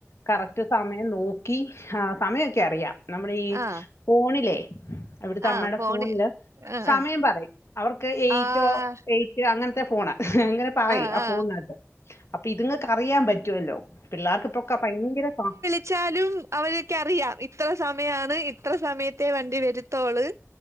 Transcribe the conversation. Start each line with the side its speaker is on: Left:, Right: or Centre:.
Left: കറക്റ്റ് സമയം നോക് ഈ സമയമൊക്കെ അറിയാം നമ്മുടെ ഈ
Right: ആഹ്
Left: ഫോണിലെ അവിടുത്തെ
Right: ആഹ്
Left: അമ്മയുടെ
Right: ഫോണ്
Left: ഫോണില്
Right: ആഹ്
Left: സമയം
Right: ആഹ്
Left: പറയും അവർക്ക് എയ്റ്റോ
Right: ആഹ്
Left: എയ് അങ്ങനത്തെ ഫോണാ അങ്ങനെ പറയും
Right: ആഹ്
Left: ആഹ
Right: ആഹ്
Left: ഫോണിനകത്ത് അപ്പൊ ഇത്ങ് അറിയാൻ പറ്റുമല്ലോ പിള്ളേർക്ക് ഇപ്പൊക്കെ ഭയങ്കര പ
Right: ച്ചാലും അവരൊക്കെ അറിയാം ഇത്ര സമയാണ് ഇത്ര സമയത്തെ വണ്ടി വരുത്തോള്